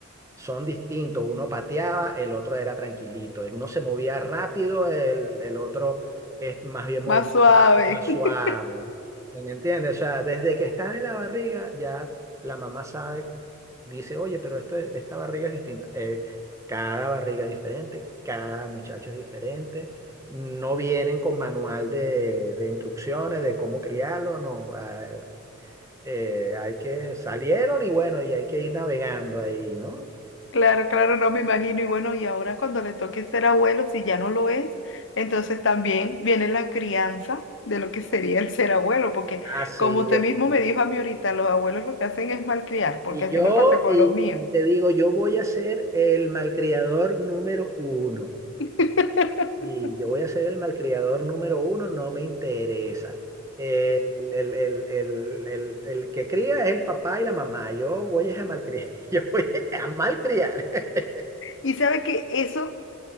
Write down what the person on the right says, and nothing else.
son distintos. Uno pateaba, el otro era tranquilito. El uno se movía rápido, el, el otro es más bien movimiento
más suave.
¿Sí ¿Me entiendes? O sea, desde que están en la barriga, ya la mamá sabe, dice, oye, pero esto, es- esta barriga es distinta. Eh, cada barriga es diferente, cada muchacho es diferente. No vienen con manual de, de instrucciones de cómo criarlo, no. Ah, eh, hay que salieron y bueno, y hay que ir navegando ahí, ¿no?
Ah, sí,
yo.
Y
yo,
y
y te digo, yo voy a ser el malcriador número uno.
Y yo voy a ser el malcriador número uno, no me interesa. Eh, el, el, el, el, el- el que cría es el papá y la mamá. Yo voy a malcriar. <laughs> Yo voy a malcriar. <laughs>